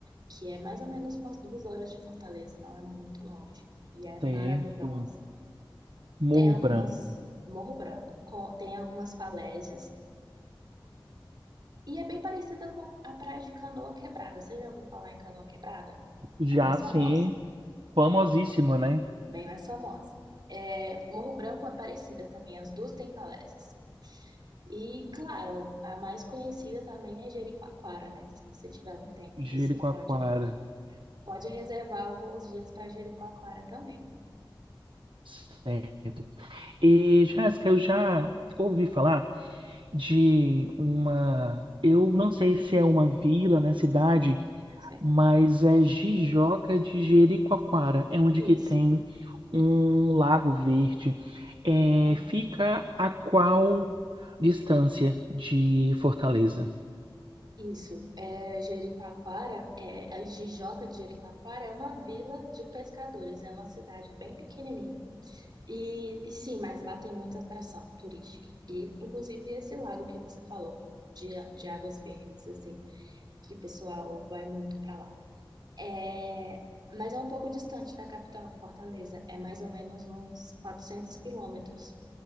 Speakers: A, on the right; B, on the right.
A: que é mais ou menos umas duas horas de Fortaleza, não é muito longe, e é
B: Certo.
A: maravilhosa.
B: Morro
A: Tem algumas,
B: Branco.
A: Morro Branco, co- tem algumas falésias, e é bem parecida com a praia de Canoa Quebrada. Você já ouviu falar em Canoa Quebrada?
B: Já
A: É mais famosa.
B: sim, famosíssimo, né?
A: bem mais famosa. É, Morro Branco e Aparecida também, as duas têm falésias. E, claro, a mais conhecida também é Jericoacoara, né? Se você tiver um tempo, você
B: Jericoacoara.
A: pode, pode reservar alguns dias para Jericoacoara também,
B: Certo. E, Jéssica, eu já ouvi falar de uma. Eu não sei se é uma vila, né? Cidade.
A: certo?
B: mas é Jijoca de Jericoacoara. É onde que
A: Isso,
B: tem um lago verde. É,
A: tem.
B: fica a qual distância de Fortaleza?
A: Isso, é, Jericoacoara, é, a Jijoca de Jericoacoara é uma vila de pescadores, é uma cidade bem pequenininha. E, e sim, mas lá tem muita atração turística. E, inclusive, esse lago que você falou, de, de águas verdes, assim, que o pessoal vai muito para lá. É, mas é um pouco distante da capital, Fortaleza. É mais ou menos uns 400 quilômetros.